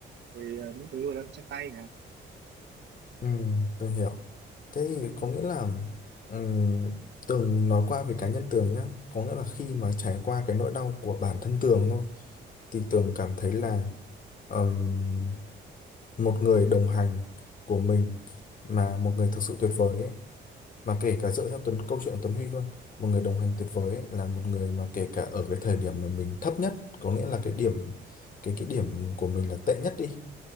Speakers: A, on the right; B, on the left.
A: rồi ờ, những cái người lao động chân tay là
B: ừ Tường hiểu thế thì có nghĩa là ừ, Tường nói qua về cá nhân Tường nhá có nghĩa là khi mà trải qua cái nỗi đau của bản thân Tường thôi thì
A: ừ,
B: Tường cảm thấy là ừm, một người đồng hành của mình mà một người thực sự tuyệt vời ấy mà kể cả dựa theo Tuấn câu chuyện của Tuấn Huy luôn một người đồng hành tuyệt vời ấy, là một người mà kể cả ở cái thời điểm mà mình thấp nhất có nghĩa là cái điểm cái cái điểm của mình là tệ nhất đi